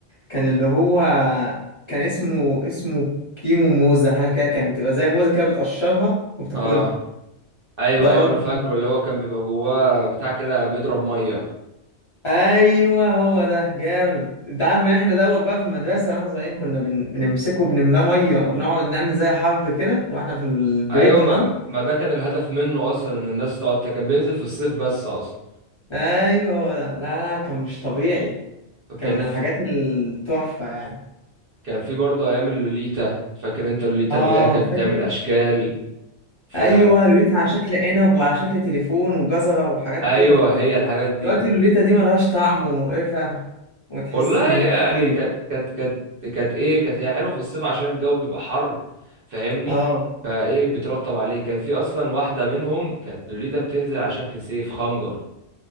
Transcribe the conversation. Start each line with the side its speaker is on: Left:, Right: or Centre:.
Left: كان اللي هو كان اسمه اسمه كيمو موزه حاجه كده كانت تبقى زي موزه كده بتقشرها وبتاكلها
Right: اه ايوه
Left: ده
Right: ايوه
Left: برضه
Right: انا فاكره اللي هو كان بيبقى جواه بتاع كده بيضرب ميه
Left: ايوه هو ده جامد انت عارف ان احنا دوت بقى في المدرسه واحنا صغيرين كنا بن... بنمسكه وبنملاه ميه وبنقعد نعمل زي حرب كده واحنا في البريك
Right: ايوه
Left: زمان
Right: ما, ما ده كان الهدف منه اصلا ان الناس تقعد كان بينزل في الصيف بس اصلا
Left: ايوه هو ده لا لا كان مش طبيعي كان
Right: كان
Left: من
Right: في
Left: الحاجات التحفه يعني
Right: كان في برضه ايام اللوليتا فاكر انت اللوليتا
Left: اه
Right: اللي هي كانت
Left: فاكر
Right: بتعمل اشكال ف
Left: ايوه لوليتا على شكل عنب وعلى شكل تليفون وجزره وحاجات
Right: ايوه
Left: كده
Right: هي الحاجات دي
Left: دلوقتي
Right: كنت
Left: اللوليتا دي ملهاش طعم ومقرفه وتحس
Right: والله
Left: ان هي
Right: يعني
Left: ميه
Right: كانت كانت كانت كانت ايه كانت هي حلوه في الصيف عشان الجو بيبقى حر فاهمني
Left: اه
Right: فايه بترطب عليه كان في اصلا واحده منهم كانت لوليتا بتنزل على شكل سيف خنجر